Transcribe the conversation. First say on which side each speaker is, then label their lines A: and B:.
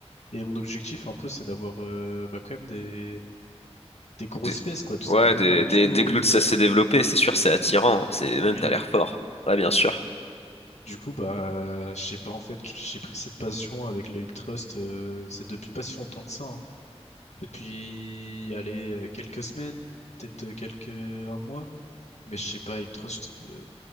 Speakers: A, on the left (about 85°); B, on the left (about 65°).
A: Et mon objectif, un peu, c'est d'avoir euh, bah, quand même des, des grosses
B: Des-
A: fesses, quoi, tout
B: Ouais,
A: simplement.
B: des,
A: Et
B: des,
A: du coup,
B: des glutes, ça s'est développé, c'est sûr, c'est attirant. C'est
A: oui,
B: même, t'as l'air fort. Ouais, bien sûr.
A: du coup, bah, je sais pas, en fait, j'ai pris cette passion avec le hip thrust euh, c'est depuis pas si longtemps que ça, hein. Depuis, allez, euh, quelques semaines, peut-être euh, quelques, un mois. Mais je sais pas, hip thrust euh,